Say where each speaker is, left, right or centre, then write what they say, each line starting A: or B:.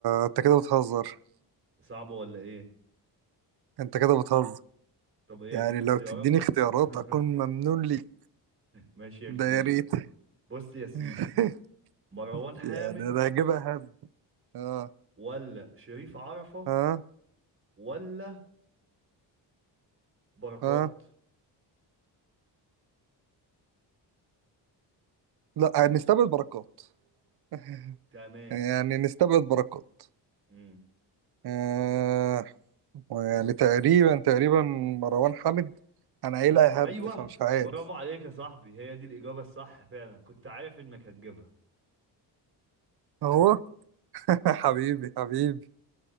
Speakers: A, on the right; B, on the right.
A: انت كده بتهزر
B: صعب ولا ايه
A: انت كده بتهزر
B: طب ايه
A: يعني
B: اديك اختيارات
A: لو تديني اختيارات
B: <laughs>
A: اكون ممنون ليك
B: ماشي يا كبير
A: ده يا ريت
B: بص يا سيدي
A: <laughs>
B: مروان حامد
A: يعني انا هجيبها هم اه
B: ولا شريف عرفة
A: اه
B: ولا بركات
A: اه لا هنستبعد بركات <laughs>
B: تمام
A: يعني نستبعد بركات
B: امم
A: آه يعني تقريبا تقريبا مروان حامد انا قايلها
B: ايوه
A: هبد فمش عارف
B: برافو عليك يا صاحبي هي دي الاجابه الصح فعلا كنت عارف انك هتجيبها
A: اهو <laughs> حبيبي حبيبي